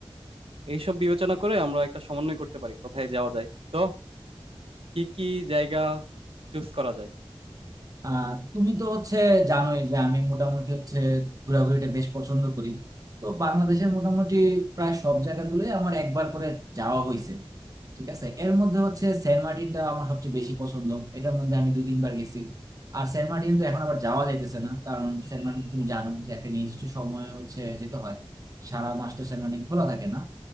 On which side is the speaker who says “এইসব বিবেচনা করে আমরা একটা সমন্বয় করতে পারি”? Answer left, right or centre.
Right